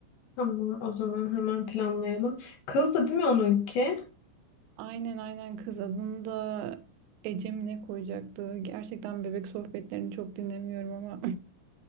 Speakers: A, on the left; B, on the right.
A: Tamam o zaman hemen planlayalım. Kızdı değil mi onunki?
B: Aynen aynen kız adını da Ece mi ne koyacaktı? Gerçekten bebek sohbetlerini çok dinlemiyorum ama.